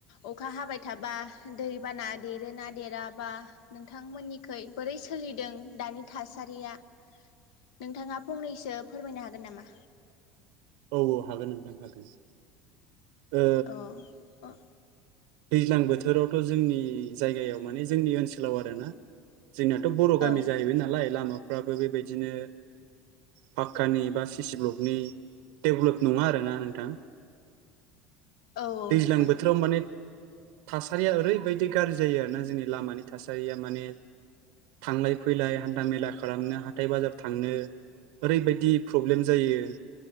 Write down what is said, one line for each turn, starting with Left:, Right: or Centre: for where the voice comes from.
Left: अखा हाबाय थाबा दैबाना देरोना देरा बा नोंथांमोननिखुइ बोरै सोलिदों दानि थासारिया नोंथाङा फंनैसो फोरमायनो हागोन नामा
Right: औ औ हागोन नोंथां हागोन ओ
Left: अ अ
Right: दैज्लां बोथोरावथ' जोंनि जायगायाव माने जोंनि ओनसोलाव आरोना जोंनियाथ' बर'
Left: औ
Right: गामि जाहैबाय नालाय लामा फ्राबो बेबायदिनो पाक्कानि बा सिसि ब्लकनि डेभलप नङा आरोना नोंथां
Left: औ
Right: दैज्लां
Left: नोंथां
Right: बोथोराव माने थासारिया ओरैबायदि गाज्रि जायो आरोना जोंनि लामानि थासारिया माने थांलाय फैलाय हान्था मेला खालामनो हाथाय बाजार थांनो ओरैबायदि प्रब्लेम जायो